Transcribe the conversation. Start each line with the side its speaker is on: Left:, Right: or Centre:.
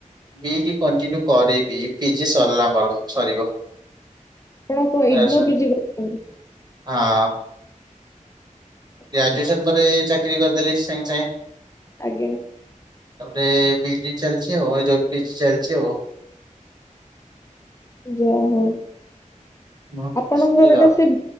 Right: ବିଇଡି କଣ୍ଟିନ୍ୟୁ କରିବି ପିଜି ସରିଲା ମୋର ସରିବ।
Left: ଆପଣ କଣ
Right: ଆଚ୍ଛା
Left: <unintelligible> ପିଜି କରିଛନ୍ତି
Right: ହଁ।
Left: ଆଚ୍ଛା
Right: ଗ୍ରାଜୁଏସନ ପରେ ଚାକିରି କରିଦେଲି ସାଙ୍ଗେ ସାଙ୍ଗେ।
Left: ଆଜ୍ଞା।
Right: ତାପରେ ବିଜି ଚାଲିଛି ଆଉ ଏଇଯୋଇ ପିଜି ଚାଲିଛି ଆଉ।
Left: ଯା ହଉ
Right: ହଁ,
Left: ଆପଣ
Right: ହଷ୍ଟେଲ।
Left: ଘର ଟା ସେ